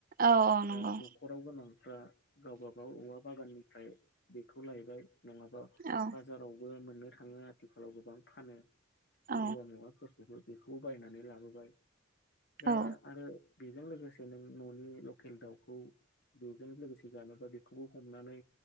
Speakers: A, on the right; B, on the left.
A: औ औ नंगौ
B: दा न ख'राव गोनांफ्रा गावबागाव औवा बागाननिफ्राय बेखौ लायबाय नङाबा
A: औ
B: बाजारावबो मोननो थाङो आथिखालाव गोबां फानो बे
A: औ
B: औवा मेवाफोर खौबो बेखौ बायनानै लाबोबाय दा
A: औ
B: आरो बेजों लोगोसे नों न'नि लकेल दाउखौ बेजों लोगोसे जानोबा बे खौ हमनानै